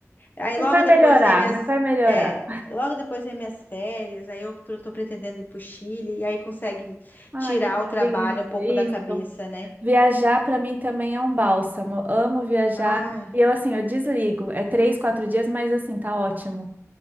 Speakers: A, on the left (about 35°); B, on the right (about 30°).
A: Aí
B: Mas
A: logo
B: vai melhorar,
A: depois vem minhas.
B: mas vai melhorar.
A: É, logo depois vem minhas férias. Aí eu tô tô pretendendo ir pro Chile. E aí consegue
B: Ai,
A: tirar
B: que delícia,
A: o trabalho um pouco
B: é
A: da
B: isso.
A: cabeça, né?
B: Viajar para mim também é um bálsamo. Eu Amo viajar.
A: Ai,
B: E eu, assim, eu desligo. É três, quatro dias, mas assim, tá ótimo.